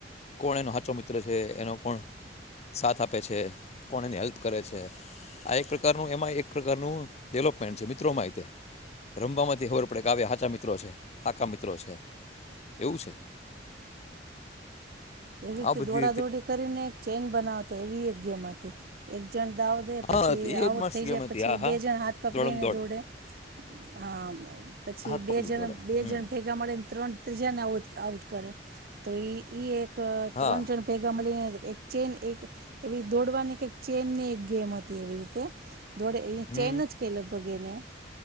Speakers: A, on the left (about 35°); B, on the right (about 55°).
A: કોણ એનો સાચો મિત્ર છે, એનો કોણ સાથ આપે છે. કોને હેલ્પ કરે છે, આ એક પ્રકારનું એમાં એક પ્રકારનું ડેવલપમેન્ટ છે મિત્રો માહિતે રમવામાંથી હોર પડે ક આવ્યા હાચા મિત્રો છે. મિત્રો છે, એવું છે.
B: એવી રીતે
A: આ બધી
B: દોડાદોડી કરીને એક ચેઇન બનાવતા એવી એક ગેમ હતી. તે એક જણ દાવ દે પછી
A: હા એ
B: આઉટ
A: મસ્ત
B: થઈ
A: ગેમ
B: જાય
A: હતી
B: પછી
A: હા હા
B: બે જણ હાથ પકડીને
A: દોડમ દોડ
B: દોડે. હા પછી
A: હાથ પકડીને
B: બે જણ
A: દોડે
B: બે
A: હમ
B: જણ ભેગા મળે ત્રણ ત્રીજાને આઉટ કરે તો, એક ક
A: હા
B: ત્રણ જણ ભેગા મળીને એક ચેન એક એવી દોડવાની એક ચેન ની એક ગેમ હતી એવી રીતે, દોડે
A: હમ
B: ચેનજ કેયલગભગ અને